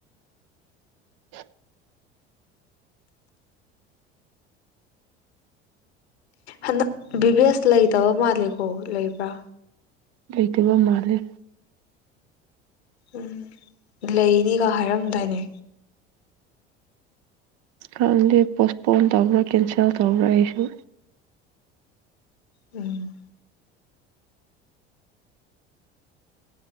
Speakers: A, on the right; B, on the left.
A: <inaudible>
B: ꯍꯟꯗꯛ ꯕꯤꯚꯦꯁ ꯂꯩꯇꯕ ꯃꯥꯜꯂꯦꯀꯣ ꯂꯩꯕ꯭ꯔꯥ
A: ꯂꯩꯇꯕ ꯃꯥꯜꯂꯦ
B: ꯎꯝ ꯂꯩꯅꯤꯒ ꯍꯥꯏꯔꯝꯗꯥꯏꯅꯦ
A: ꯈꯪꯗꯦ ꯄꯣꯁꯄꯣꯟ ꯇꯧꯕ꯭ꯔꯥ ꯀꯦꯟꯁꯦꯜ ꯇꯧꯕ꯭ꯔꯥ ꯑꯩꯁꯨ
B: ꯎꯝ